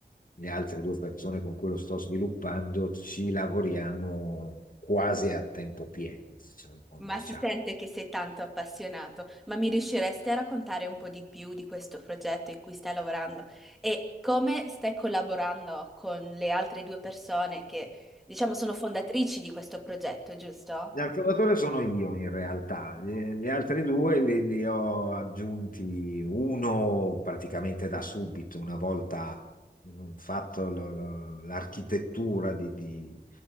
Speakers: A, on the left; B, in the centre.
A: le altre due persone con cui lo sto sviluppando ci lavoriamo quasi a tempo pieno, diciamo.
B: Ma
A: diciamo.
B: si sente che sei tanto appassionato, ma mi riusciresti a raccontare un po' di più di questo progetto in cui stai lavorando e come stai collaborando con le altre due persone che, diciamo, sono fondatrici di questo progetto, giusto?
A: L'affidatore sono io in realtà, gli gli altri due li, li ho aggiunti uno praticamente da subito, una volta mh, fatto lo- lo- l'architettura di, di-